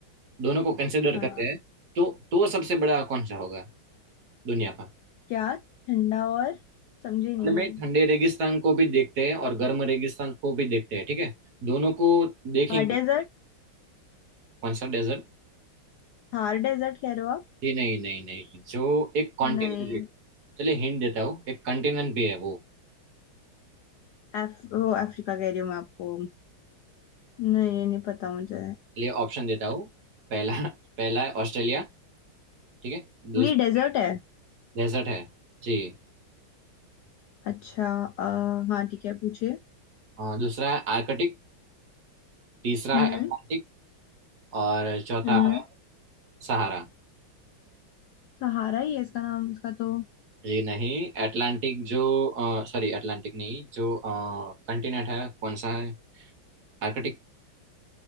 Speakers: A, on the right; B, on the left.
A: दोनों को कंसिडर
B: हाँ
A: करते हैं तो तो सबसे बड़ा कौन सा होगा दुनिया का
B: क्या ठंडा और समझी नहीं
A: मतलब
B: मैं
A: में ठंडे रेगिस्तान को भी देखते हैं और गर्म रेगिस्तान को भी देखते हैं ठीक है दोनों को देखेंगे
B: थार डेजर्ट
A: कौन सा डेजर्ट
B: थार डेजर्ट कह रहे हो आप
A: जी नहीं नहीं नहीं जो एक कॉन्टिनेंट
B: नहीं
A: भी है चलिए हिंट देता हूँ एक कॉन्टिनेंट भी है वो
B: अफ, वो अफ्रीका कह रही हूँ मैं आपको नहीं ये नहीं पता मुझे
A: लिए ऑप्शन देता हूँ पहला पहला है ऑस्ट्रेलिया ठीक है दूसरा
B: ये डेजर्ट है
A: डेजर्ट है जी
B: अच्छा आ, हाँ ठीक है पूछिए
A: हाँ दूसरा है आर्कटिक तीसरा
B: हम्म
A: है अटलांटिक और चौथा
B: हम्म
A: है सहारा
B: सहारा ही है इसका नाम इसका तो
A: जी नहीं अटलांटिक जो सॉरी अटलांटिक नहीं जो कंटिनेंट है कौन सा है आर्कटिक